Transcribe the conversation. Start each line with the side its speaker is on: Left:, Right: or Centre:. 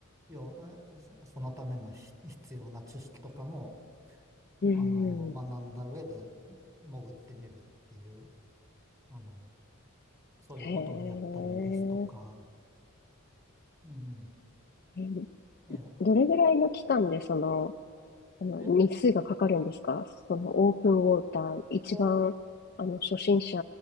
Right: よう、あそそのためのひ必要な知識とかも、
Left: うーん。
Right: あの、学んだ上で潜ってみるっていう、あの、そういうことをやったりですとか、
Left: へえ。
Right: うん。
Left: えー、
Right: え
Left: どれぐらいの期間でその、あの、
Right: え、
Left: 日数がかかるんですかそのオープンウォーター、
Right: え、
Left: 一番、
Right: お、お
Left: あの、初心者、